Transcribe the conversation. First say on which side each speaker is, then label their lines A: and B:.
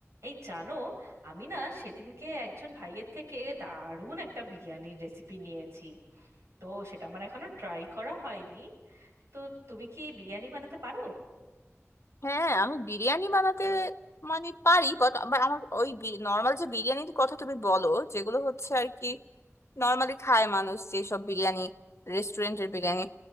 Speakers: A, on the right; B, on the left.
A: এই জানো আমি না সেদিনকে একজন ভাইয়ের থেকে দারুণ একটা বিরিয়ানির রেসিপি নিয়েছি তো সেটা আমার এখনো ট্রাই করা হয়নি তো তুমি কি বিরিয়ানি বানাতে পারো
B: হ্যাঁ আমি বিরিয়ানি বানাতে মানে পারি বাট আমার ওই নর্মাল যে বিরিয়ানির কথা তুমি বলো যেগুলো হচ্ছে আর কি নর্মালি খায় মানুষ যেসব বিরিয়ানি রেস্টুরেন্টের বিরিয়ানি